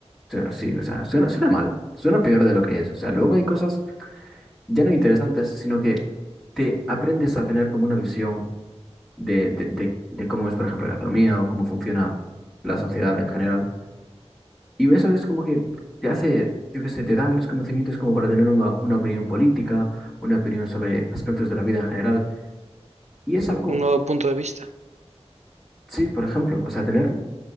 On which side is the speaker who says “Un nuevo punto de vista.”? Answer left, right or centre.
Right